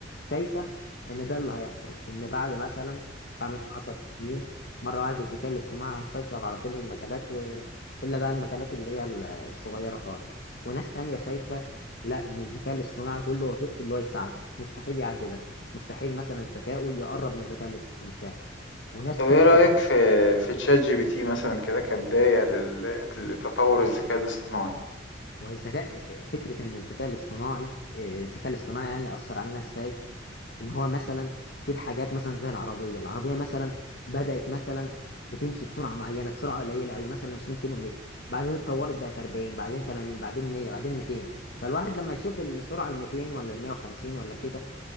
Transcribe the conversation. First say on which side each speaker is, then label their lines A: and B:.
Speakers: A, on the left; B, on the left.
A: شايفه ان ده اللي هيحصل ان بعد مثلا 15 سنين مره واحده الذكاء الاصطناعي هيسيطر على كل المجالات و... الا بقى المجالات اللي هي ال- الصغيره خالص وناس تانية شايفه لا ان الذكاء الاصطناعي كل وظيفته اللي هو يساعدك مستحيل يعدي ده مستحيل مثلا ذكائه يقرب من ذكاء الاس- الانسان وناس
B: طب ايه
A: تالتة
B: رأيك
A: شايفه
B: في في تشات جي بي تي مثلا كده كبداية لل- لتطور الذكاء الاصطناعي
A: والذكاء فكره ان الذكاء الاصطناعي آه، الذكاء الاصطناعي يعني اثر علينا ازاي ان هو مثلا في الحاجات مثلا زي العربيه العربيه مثلا بدات مثلا بتمشي بسرعه معينه بسرعه قليله قوي مثلا 20 كيلو متر بعدين اتطورت بقت 40 بعدين 80 بعدين 100 بعدين 200 فالواحد لما يشوف السرعه ال 200 ولا ال 150 ولا كده